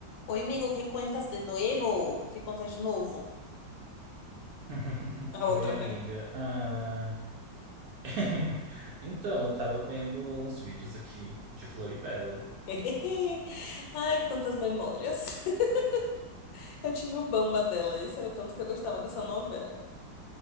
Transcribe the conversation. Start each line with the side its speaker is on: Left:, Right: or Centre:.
Left: Oi, amigo, ¿qué cuentas de nuevo? ¿Qué cuentas de novo?
Right: <laughs>
Left: A
Right: Oi,
Left: outra.
Right: amiga. Ah, <laughs> Então, eu tava vendo uns vídeos aqui de Floribela.
Left: <laughs> Ai, quantas memórias. <laughs> Eu tinha o Bamba dela, esse era o tanto que eu gostava dessa novela.